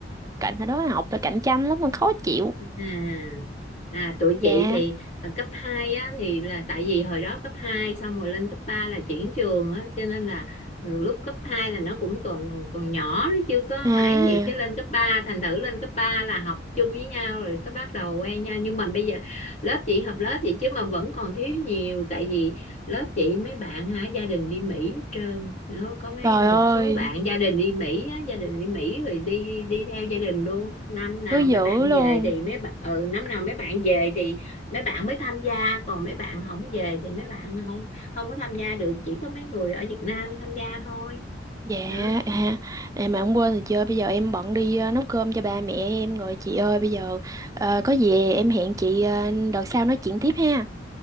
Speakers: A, on the right; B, on the left.
A: cạnh hồi đó học là cạnh tranh lắm mà khó chịu
B: À, à tụi
A: Dạ.
B: chị thì à, cấp 2 á thì là tại vì hồi đó cấp 2 xong rồi lên cấp 3 là chuyển trường á cho nên là từ lúc cấp 2 là nó cũng còn còn nhỏ nó chưa có
A: À,
B: ấy gì cái lên cấp 3 thành thử lên cấp 3 là học chung với nhau rồi cái bắt đầu quen nhau nhưng mà bây giờ lớp chị học lớp vậy chứ mà vẫn còn thiếu nhiều tại vì lớp chị mấy bạn hả gia đình đi Mỹ hết trơn nó có mấy
A: trời
B: một
A: ơi,
B: số bạn gia đình đi Mỹ á, gia đình đi Mỹ rồi đi đi theo gia đình luôn năm nào
A: thứ dữ
B: mấy bạn
A: luôn.
B: về thì mấy bạn ừ, năm nào mấy bạn về thì mấy bạn mới tham gia còn mấy bạn không về thì mấy bạn không không có tham gia được chỉ có mấy người ở Việt Nam tham gia thôi
A: Dạ,
B: đó
A: à, à mà không quên rồi chị ơi, bây giờ em bận đi ờ, nấu cơm cho ba mẹ em rồi chị ơi, bây giờ ờ, có gì em hẹn chị ờ, đợt sau nói chuyện tiếp ha.